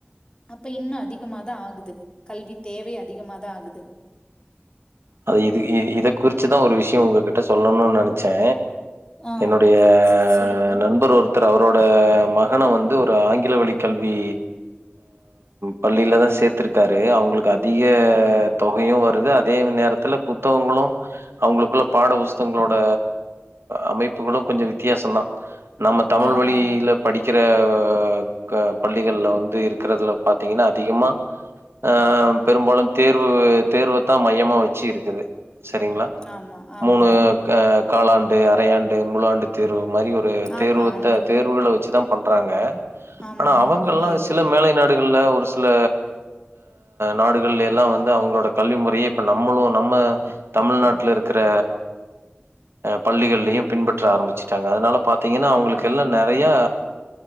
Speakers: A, on the left; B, on the right.
A: அப்ப இன்னும் அதிகம ஆகுது கல்வி தேவை அதிகமாதா ஆகுது
B: அது இது இத குறிச்சுதா ஒரு விஷயம் உங்ககிட்ட சொல்லணுனு நெனைச்சே
A: ஆ
B: என்னுடைய
A: ஸ்- சொல்லுங்க.
B: நண்பர் ஒரு அவரோட மகனை வந்து ஒரு ஆங்கில வழி கல்வி பள்ளியில தான் சேர்த்திருக்காரு அவங்களுக்கு அதிக தொகையும் வருது அதே நேரத்தில் த்துல புத்தகங்களும் அவங்களுக்குள்ள பாட புஸ்தகங்களோட அமைப்புகளும் கொஞ்சம் வித்தியாசம் தான் நம்ம தமிழ்
A: ஆ
B: வழியில
A: ஆ
B: படிக்க இருக்கிற பள்ளிகளல வந்து இருக்கறதுல பார்த்தீங்கன்னா அதிகமா அஹ்
A: ம்
B: பெரும்பாலும் தேர்வு தேர்வைத்தான் மையமாக வச்ச இருக்குது சரிங்களா
A: ஆமா ஆமா
B: மூணு காலாண்டு அரையாண்டு முழுஆண்டு தேர்வு மாதிரி ஒரு
A: ஆமா
B: தேர்வுத்தை
A: அந்த
B: தேர்வுகளை வச்சுதான் பண்றாங்க
A: ஆமா
B: ஆனா அவங்கெல்லாம்
A: நிலைகள்.
B: சில மேலை நாடுகள் ஒரு சில நாடுகள் எல்லாம் வந்து அவங்களோட கல்வி முறையை இப்ப நம்ம நம்மளும் நம்ம தமிழ்நாட்டல இருக்கிற பள்ளிகள்லையும் பின்பற்ற ஆரம்பிச்சுட்டாங்க அதனால பார்த்தீங்கன்னா அவங்களுக்கு எல்லாம் நிறையஹ